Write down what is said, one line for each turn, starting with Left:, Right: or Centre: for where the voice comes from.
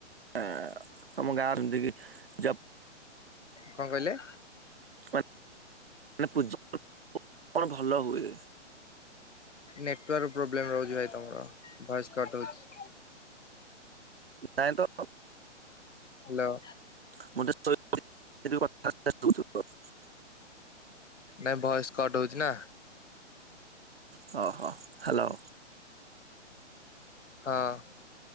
Right: ଆଁ ତମ ଗାଁ ଏମତିକି ଜପ
Left: କଣ କହିଲେ
Right: ମାନେ ପୂଜା ପର୍ବ କଣ ଭଲ ହୁଏ
Left: ନେଟୱାର୍କ ପ୍ରୋବ୍ଲେମ ରହୁଛି ଭାଇ ତମର ଭଏସ କଟ୍ ହଉଛି।
Right: ନାଇଁ ତ।
Left: ହ୍ୟାଲୋ
Right: ମୁଁ <unintelligible>
Left: ନାଇ ଭଏସ କଟ୍ ହଉଛି ନା
Right: ହଁ, ହୁଁ, ହାଲୋ
Left: ହଁ।